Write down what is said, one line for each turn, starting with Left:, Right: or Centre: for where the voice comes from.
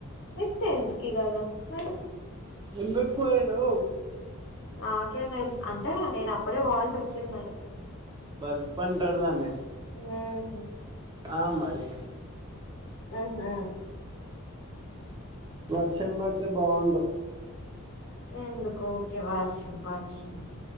Left: వింత్ తెంతికి గదా మర్
Right: ఎందుక్ క్వాయదో
Left: నాకేం దేల్స్ అంటే నేను అప్పుడే పోవాల్సి వచ్చింది మరి
Right: బల్ప్ అంటాడుదాని
Left: ఉహ్
Right: ఆ మరి
Left: ఉహు
Right: వర్షం బడితే బావుండు
Left: ఎందుకు ఓకే వర్షం బర్షం.